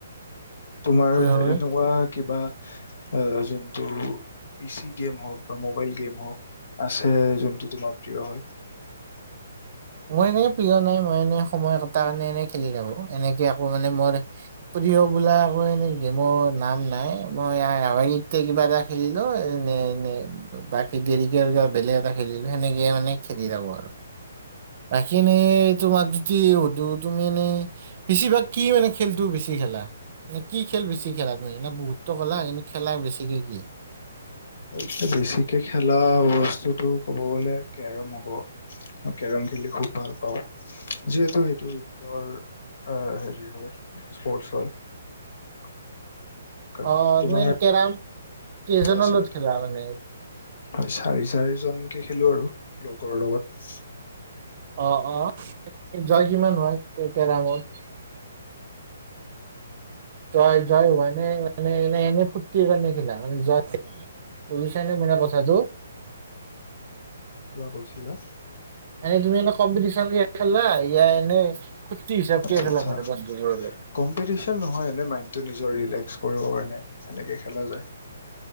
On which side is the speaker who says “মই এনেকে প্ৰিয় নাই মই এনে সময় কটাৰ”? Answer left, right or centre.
Right